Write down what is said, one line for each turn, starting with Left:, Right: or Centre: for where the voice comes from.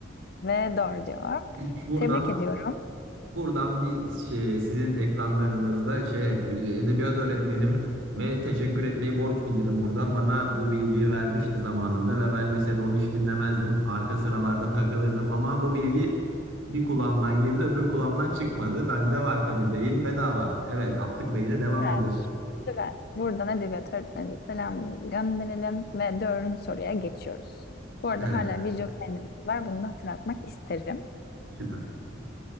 Left: Ve doğru cevap.
Right: İlk buradan
Left: Tebrik ediyorum.
Right: Buradan bir şey, sizin ekranlarınızda şey edebiyat öğretmenime teşekkür etmeyi borç bilirim buradan. Bana bu bilgiyi vermişti zamanında ve ben lisede onu hiç dinlemezdim. Arka sıralarda takılırdım ama bu bilgi bir kulağımdan girdi, öbür kulağımdan çıkmadı. Bende var tabii beyin bedava. Evet, attık beyine devam
Left: Süper.
Right: ediyoruz.
Left: Süper. Buradan edebiyat öğretmenimize selamımızı gönderelim ve dördüncü soruya geçiyoruz. Bu arada
Right: Evet,
Left: hala bir jokeriniz var. Bunu da hatırlatmak isterim.
Right: süper.